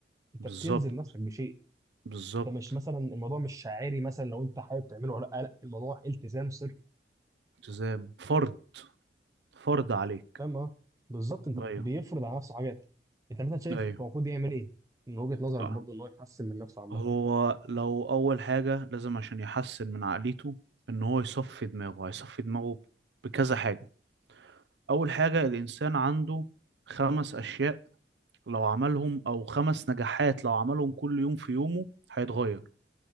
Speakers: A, on the right; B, on the right.
A: انت
B: بالظبط
A: بتلزم نفسك بشيء
B: بالظبط
A: انت مش مثلا الموضوع مش شعاري مثلا لو انت حابب تعمله ولا لا لا الموضوع التزام صرف
B: التزام فرض فرض عليك
A: فاهم اه بالظبط انت
B: ايوه
A: بيفرض على نفسه حاجات انت مثلا شايف
B: ايوه
A: هو المفروض يعمل ايه من وجهة نظرك
B: اه
A: برضو ان هو يحسن من نفسه عامه
B: هو لو أول حاجة لازم عشان يحسن من عقليته إن هو يصفي دماغه هيصفي دماغه بكذا حاجة أول حاجة الإنسان عنده خمس أشياء لو عملهم أو خمس نجاحات لو عملهم كل يوم في يومه هيتغير